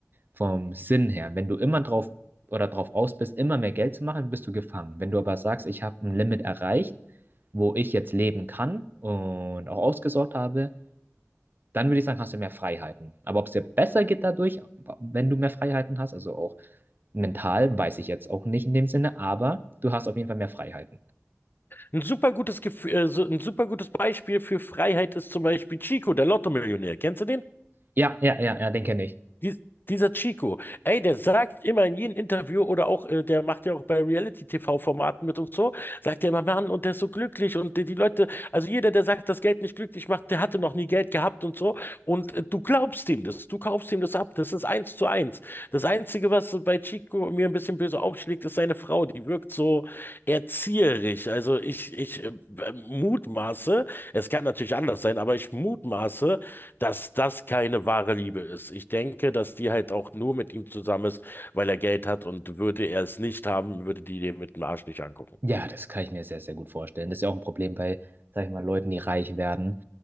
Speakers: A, on the right (about 40°); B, on the left (about 45°).
A: vom Sinn her. Wenn du immer drauf oder drauf aus bist, immer mehr Geld zu machen, bist du gefangen. Wenn du aber sagst, ich habe ein Limit erreicht, wo ich jetzt leben kann und auch ausgesorgt habe, dann würde ich sagen, hast du mehr Freiheiten. Aber ob es dir besser geht dadurch, wenn du mehr Freiheiten hast, also auch mental, weiß ich jetzt auch nicht in dem Sinne, aber du hast auf jeden Fall mehr Freiheiten.
B: Ein super gutes Gefühl, äh, so ein super gutes Beispiel für Freiheit ist zum Beispiel Chico, der Lotto-Millionär. Kennst du den?
A: Ja, ja, ja, ja, den kenne ich.
B: Dies, dieser Chico, ey, der sagt immer in jedem Interview oder auch, äh, der macht ja auch bei Reality-TV-Formaten mit und so, sagt er immer, Mann, und der ist so glücklich und die, die Leute, also jeder, der sagt, dass Geld nicht glücklich macht, der hatte noch nie Geld gehabt und so. Und äh, du glaubst ihm das, du kaufst ihm das ab, das ist eins zu eins. Das Einzige, was bei Chico mir ein bisschen böse aufschlägt, ist seine Frau, die wirkt so erzieherisch. Also ich, ich äh, mutmaße, es kann natürlich anders sein, aber ich mutmaße, dass das keine wahre Liebe ist. Ich denke, dass die halt auch nur mit ihm zusammen ist, weil er Geld hat und würde er es nicht haben, würde die den mit dem Arsch nicht angucken.
A: Ja, das kann ich mir sehr, sehr gut vorstellen. Das ist ja auch ein Problem bei, sag ich mal, Leuten, die reich werden.